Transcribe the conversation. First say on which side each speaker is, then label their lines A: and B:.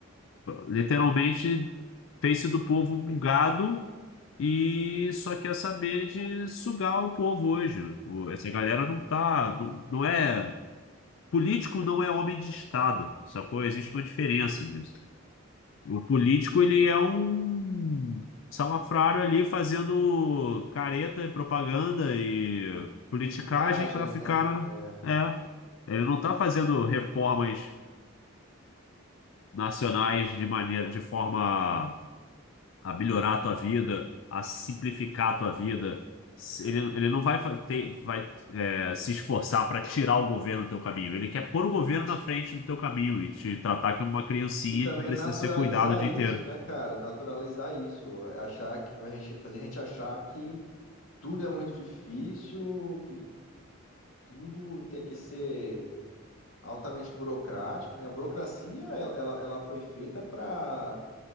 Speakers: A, on the left (about 65°); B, on the left (about 80°).
A: Literalmente fez-se do povo um gado e só quer saber de sugar o povo hoje. O- Essa galera não tá, não, não é, político não é homem de Estado, sacou? Existe uma diferença nisso. O político, ele é um salafrário ali fazendo careta e propaganda e politicagem
B: Micagem,
A: para ficar
B: né?
A: na...
B: É.
A: É, ele não tá fazendo reformas nacionais de maneira, de forma a melhorar a tua vida, a simplificar a tua vida. Se- Ele, ele não vai fa- ter, vai, é, se esforçar para tirar o governo do teu caminho. Ele quer pôr o governo na frente do teu caminho e te tratar como uma criancinha
B: E também
A: que precisa
B: naturalizar
A: ser cuidada o dia
B: isso,
A: inteiro.
B: né, cara? Naturalizar isso. É Achar que, a gente, fazer a gente achar que tudo é muito difícil, que tudo tem que ser altamente burocrático, né? A burocracia, ela, ela, ela foi feita para